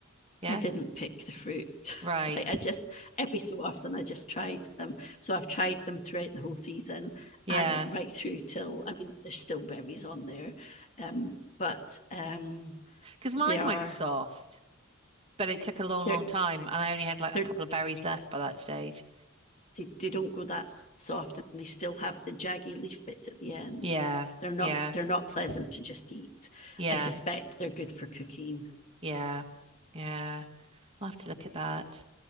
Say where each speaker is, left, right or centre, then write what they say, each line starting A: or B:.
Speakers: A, on the right; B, on the left.
A: Yeah,
B: I didn't pick the fruit.
A: right.
B: <laughs> like I just every so often I just tried them. So I've tried them throughout the whole season
A: Yeah,
B: and right through till I mean there's still berries on there. Um, but um,
A: because mine
B: they are
A: went soft, but it took a long,
B: they're
A: long time, and I only had like
B: they're
A: a couple of berries left by that stage.
B: they, they don't go that soft and they still have the jaggy leaf bits at the end
A: Yeah,
B: they're not
A: yeah,
B: they're not pleasant to just eat
A: yeah,
B: i suspect they're good for cooking
A: yeah, yeah. I'll have to look at that.